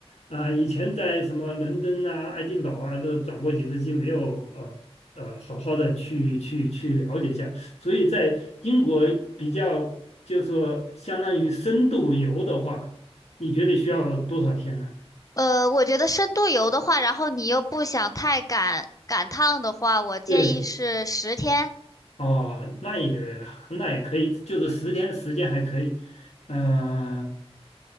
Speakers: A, on the left; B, on the left.
A: 呃，以前在什么伦敦啊、爱丁堡啊都转过几次机，没有呃呃好好的去去去了解一下，所以在英国比较就说相当于深度游的话，你觉得需要多少天呢？
B: 呃，我觉得深度游的话，然后你又不想太赶赶趟的话，我建议是十天。
A: 对。哦，那也那也可以，就是十天的时间还可以。嗯、